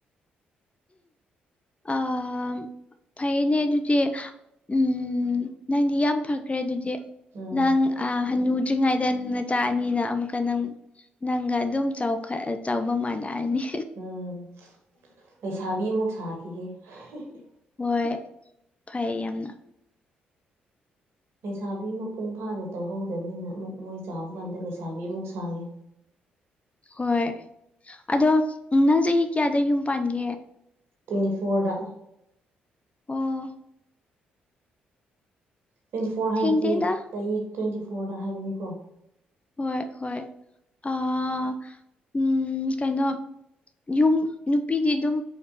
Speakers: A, on the left; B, on the right.
A: ꯑꯥ ꯐꯩꯅꯦ ꯑꯗꯨꯗꯤ ꯎꯝ ꯅꯪꯗꯤ ꯌꯥꯝ ꯐꯈ꯭ꯔꯦ ꯑꯗꯨꯗꯤ
B: ꯎꯝ
A: ꯅꯪ ꯑꯥ ꯍꯅꯨꯗ꯭ꯔꯤꯉꯩꯗ ꯅꯆꯥ ꯑꯅꯤꯅ ꯑꯃꯨꯛꯀ ꯅꯪ ꯅꯪꯒ ꯑꯗꯨꯝ ꯆꯥꯎꯈꯠ ꯆꯥꯎꯕ ꯃꯥꯟꯅꯔꯅꯤ
B: ꯎꯝ ꯂꯩꯁꯥꯕꯤ ꯑꯃꯨꯛ ꯁꯥꯈꯤꯒꯦ <unintelligible>
A: ꯍꯣꯏ ꯐꯩ ꯌꯥꯝꯅ
B: ꯂꯩꯁꯥꯕꯤ ꯃꯄꯨꯡ ꯐꯥꯅ ꯇꯧꯍꯧꯗꯕꯅꯤꯅ ꯑꯃꯨꯛ ꯃꯣꯏ ꯆꯥꯎꯕ ꯀꯥꯟꯗ ꯂꯩꯁꯥꯕꯤ ꯑꯃꯨꯛ ꯁꯥꯒꯦ
A: ꯍꯣꯏ ꯑꯗꯣ ꯅꯪ ꯆꯍꯤ ꯀꯌꯥꯗ ꯌꯨꯝ ꯄꯥꯟꯒꯦ
B: ꯇ꯭ꯋꯦꯟꯇꯤ ꯐꯣꯔꯗ
A: ꯑꯣ
B: ꯇ꯭ꯋꯦꯟꯇꯤ ꯐꯣꯔ ꯍꯥꯏꯕꯗꯤ
A: ꯊꯦꯡꯗꯦꯗ
B: ꯆꯍꯤ ꯇ꯭ꯋꯦꯟꯇꯤ ꯐꯣꯔꯗ ꯍꯥꯏꯕꯅꯤꯀꯣ
A: ꯍꯣꯏ ꯍꯣꯏ ꯑꯥ ꯎꯝ ꯀꯩꯅꯣ ꯌꯨꯝ ꯅꯨꯄꯤꯗꯤ ꯑꯗꯨꯝ